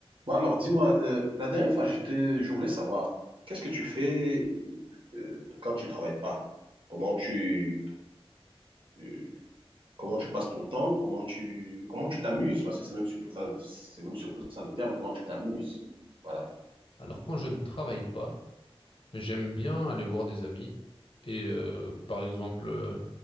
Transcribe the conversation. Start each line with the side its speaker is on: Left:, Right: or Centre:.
Right: Bon, alors, dis-moi, euh, la dernière fois, j'étais, je voulais savoir, qu'est-ce que tu fais euh, quand tu travailles pas? Comment tu, euh, comment tu passes ton temps? Comment tu, comment tu t'amuses? Parce que c'est même surtout ça, c'est même surtout ça le terme, comment tu t'amuses? Voilà.
Left: Alors quand je ne travaille pas, j'aime bien aller voir des amis et euh, par exemple euh,